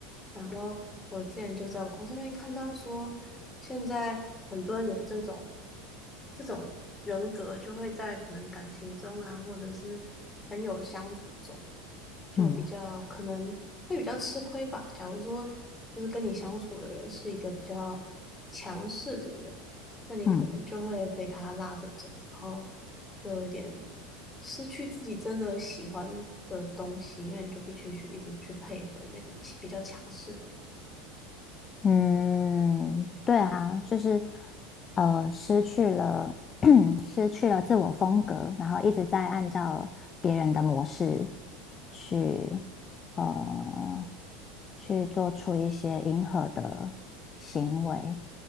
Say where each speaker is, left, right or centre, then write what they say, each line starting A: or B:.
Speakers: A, on the left; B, on the left.
A: 然后我之前就在网络上面看到说，现在很多人有这种这种人格，就会在可能感情中啊，或者是很有相处中，就比较可能会比较吃亏吧。
B: 嗯
A: 假如说就是跟你相处的人是一个比较强势的人，那你可能就会被他拉着走，
B: 嗯。
A: 然后就有点失去自己真的喜欢的东西，因为你就必须去一直去配合那个比较强势的人。
B: 嗯，对啊，就是呃，失去了 <clears throat> 失去了自我风格，然后一直在按照别人的模式去呃去做出一些迎合的行为，